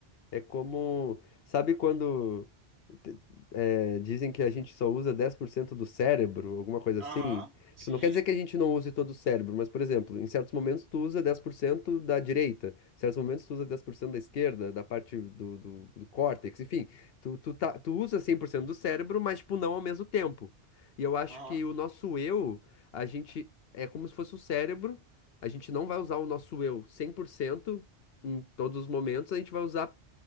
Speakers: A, on the left; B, on the right.
A: É como, sabe quando te- é, dizem que a gente só usa 10% do cérebro, alguma coisa
B: Aham.
A: assim.
B: Sim.
A: Tipo, não quer dizer que a gente não use todo o cérebro, mas, por exemplo, em certos momentos tu usa 10% da direita, em certos momentos tu usa 10% da esquerda, da parte do, do, do córtex, enfim. Tu, tu, tá, tu usa 100% do cérebro, mas, tipo, não ao mesmo tempo. E eu acho
B: Aham.
A: que o nosso eu, a gente é como se fosse o cérebro, a gente não vai usar o nosso eu 100% Em todos os momentos, a gente vai usar